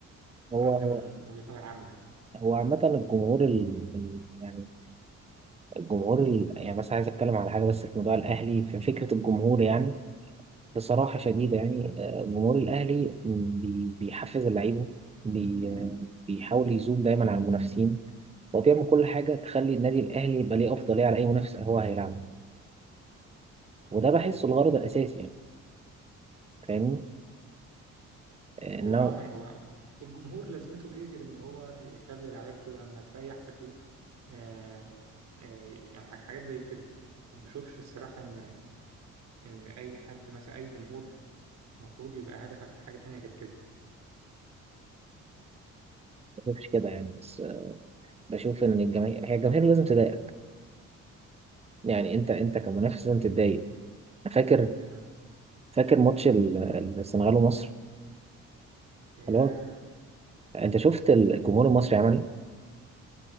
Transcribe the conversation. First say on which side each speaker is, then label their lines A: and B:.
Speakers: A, on the right; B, on the right.
A: هو
B: أنا قصدي
A: هو
B: من وجهة نظر عامة
A: هو عامة الجمهور ال... ال... يعني الجمهور ال... يعني بس عايز اتكلم على حاجة بس في موضوع الاهلي في فكرة الجمهور يعني بصراحة شديدة يعني آه، جمهور الأهلي بي- بيحفز اللعيبة بي- آه، بيحاول يزوم دايما على المنافسين وبيعمل كل حاجة تخلي النادي الأهلي يبقى ليه أفضلية على أي منافس هو هيلعبه وده بحسه الغرض الأساسي يعني فاهمني؟ آه،
B: هو
A: إن أنا
B: اه
A: ما
B: يعني هو أك- الجمهور لازمته ايه غير ان هو يخلي لعيبته لما تريح تفوق آه، آه، يعني حاج- حاجات زي كده ما بشوفش الصراحة إن إن أي حد مثلا أي جمهور المفروض يبقى هدفك في حاجة تانية غير كده
A: بشوفش كده يعني بس آه، بشوف إن الجماهير هي الجماهير لازم تضايق يعني أنت أنت كمنافس لازم تتضايق أنا فاكر
B: مم.
A: فاكر ماتش ال- السنغال ومصر
B: ياه
A: خلاص أنت شفت الجمهور المصري عمل إيه؟